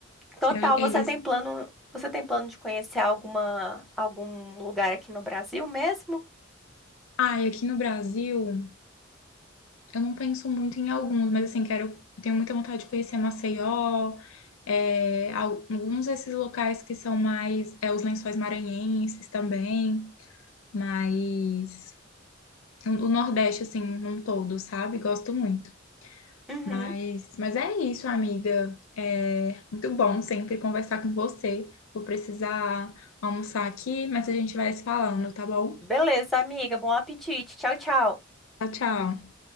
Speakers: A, in the centre; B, on the left.
A: total.
B: que eles.
A: Você tem plano, você tem plano de conhecer alguma, algum lugar aqui no Brasil mesmo?
B: Ah, e aqui no Brasil. Eu não penso muito em alguns, mas assim, quero, eu tenho muita vontade de conhecer Maceió, é, al- alguns desses locais que são mais, é, os Lençóis Maranhenses também, mas o o Nordeste, assim, num todo, sabe? Gosto muito.
A: Uhum.
B: Mas, mas é isso, amiga. É muito bom sempre conversar com você. Vou precisar almoçar aqui, mas a gente vai se falando, tá bom?
A: Beleza, amiga. Bom apetite. Tchau, tchau.
B: Tchau, tchau.